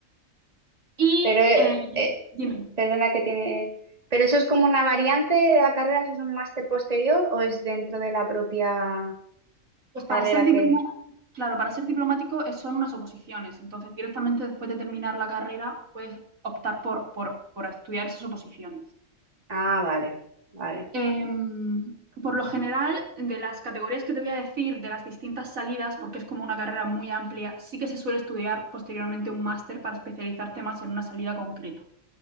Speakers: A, on the right; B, on the right.
A: Y,
B: Pero, eh,
A: eh,
B: eh,
A: dime,
B: perdona que tiene... ¿Pero eso es como una variante de la carrera? ¿Eso es un máster posterior o es dentro de la propia
A: pues para
B: carrera
A: ser diplomático,
B: que...
A: claro, para ser diplomático es- son unas oposiciones, entonces directamente después de terminar la carrera puedes optar por, por, por estudiar esas oposiciones.
B: Ah, vale, vale,
A: Em, por lo general, de las categorías que te voy a decir, de las distintas salidas, porque es como una carrera muy amplia, sí que se suele estudiar posteriormente un máster para especializarte más en una salida concreta.